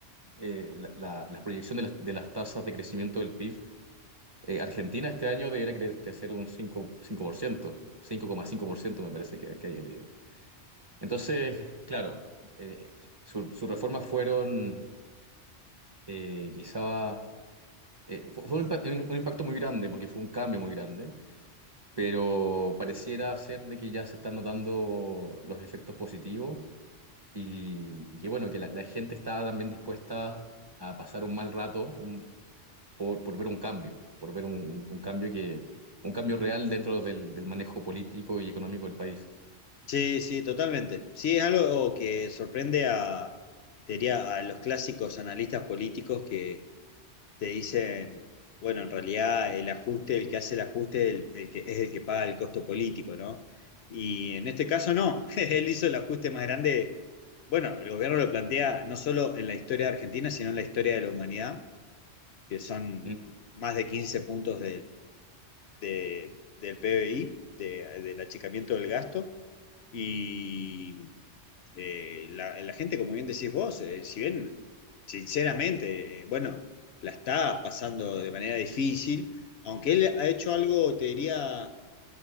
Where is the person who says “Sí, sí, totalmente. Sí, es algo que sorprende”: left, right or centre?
Left